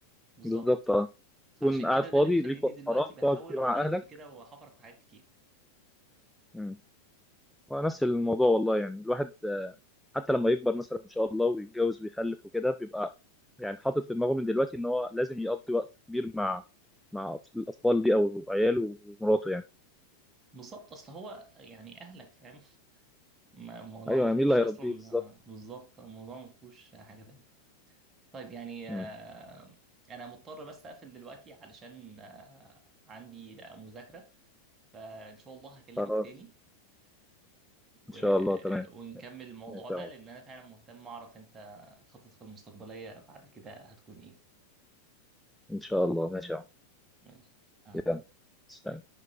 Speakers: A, on the right; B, in the centre.
A: بالظبط
B: بالظبط اه
A: فعشان
B: تكون قاعد
A: كده
B: فاضي
A: ده اللي مخليني
B: ليك وقت
A: دلوقتي
B: فراغ
A: بحاول
B: تقعد فيه مع
A: اقعد الف
B: اهلك
A: كده وحفرك في حاجات كتير
B: مم. ونفس الموضوع والله يعني الواحد آه، حتى لما يكبر مثلا ان شاء الله ويتجوز ويخلف وكده بيبقى يعني حاطط في دماغه من دلوقتي ان هو لازم يقضي وقت كبير مع مع أطف- الاطفال دي او عياله ومراته يعني
A: بالظبط اصل هو يعني اهلك فاهم <laughs> م- الموضوع
B: ايوه
A: ما
B: يعني
A: فيهوش
B: مين اللي هيربيه
A: اصلا
B: بالظبط
A: آه، بالظبط الموضوع ما فيهوش حاجه تانية طيب يعني
B: مم.
A: آه، انا مضطر بس اقفل دلوقتي علشان آه، عندي آه، مذاكره فان شاء الله هكلمك
B: خلاص
A: تاني و...
B: ان شاء الله تمام
A: ونكمل
B: ماشي
A: الموضوع
B: ماشي
A: ده
B: يا عمر
A: لان انا فعلا مهتم اعرف انت خططك المستقبليه بعد كده هتكون ايه
B: ان شاء الله ماشي يا عمر
A: ماشي آه.
B: يلا سلام